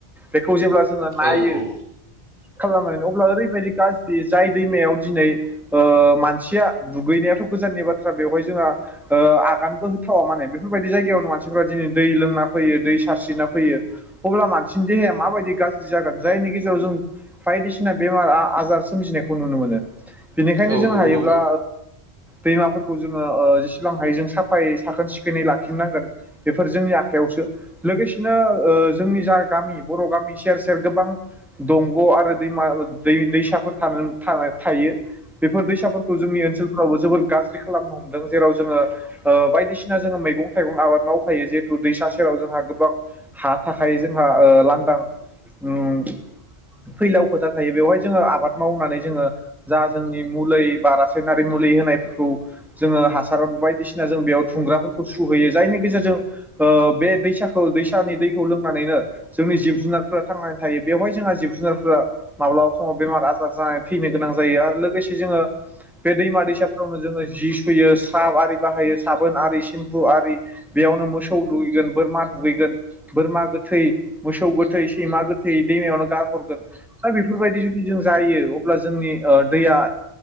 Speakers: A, in the centre; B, on the right.
A: बेखौ जेब्ला जोङो नायो
B: औ औ
A: खालामनानै अब्ला ओरैबायदि गाज्रि जाय दैमायाव दिनै ओ मानसिया दुगैनायाव थ गोजाननि बाथ्रा बेहावहाय जोहा ओ आगानबो होथावा माने बेफोरबायदि जायगायावनो मानसिफोरा दिनै दै लोंना फैयो दै सारस्रिना फैयो अब्ला मानसिनि देहाया माबायदि गाज्रि जागोन जायनि गेजेराव जों बायदिसिना बेमार -आजार सोमजिनायखौ नुनो मोनो बेनिखायनो
B: औ
A: जों
B: नंगौ
A: हायोब्ला
B: नोंथां
A: दैमाफोरखौ जोङो ओ जेसेबां हायो जों साफायै साखोन सिखोनै लाखिनांगोन बेफोर जोंनि आखायावसो लोगोसेनो ओ जोंनि जा गामि बर' गामि गामि सेर सेर गोबां दंग' आरो दैमा दै दैसाफोर थानो थायो बेफोर दैसाफोरखौ जोंनि ओनसोलफ्रावबो जोबोद गाज्रि खालामनो हमदों जेराव जोङो ओ बायदिसिना जोङो मैगं थाइगं आबाद मावखायो जिहेथु दैसा सेराव जोंहा गोबां हा थाखाय जोंहा ओ लां दां उम फैलाव फोथार थायो बेवहाय जोङो आबाद मावनानै जोङो जा जोंनि मुलै बा रासायनारि मु मुलि होनायफोरखौ जोंङो हार बायदिसिना जोंबेयाव खुंग्राफोरखौ सुहैयो जायनि गेजेरजों ओ बे दैसाखौ दैसानि दैखौ लोंनानैनो जोंनि जिब -जुनारफोरा थांनानै थायो बेवहाय जोंहा जिब- जुनारफोरा माब्लाबा समाव बेमार- आजार जाना थैनो गोनां जायो दा लोगोसे जोङो बे दैमा -दैसाफोरावनो जोङो जि सुयो स्राब आरि बाहायो सा बोन आरि सिम्फु आरि बेयावनो मोसौ दुगैगोन बोरमा दुगैगोन बोरमा गोथै मोसौ गोथै सैमा गोथै दैमायावनो गारहरगोन दा बेफोरबायदि जुदि जों जायो अब्ला जोंनि ओ दैया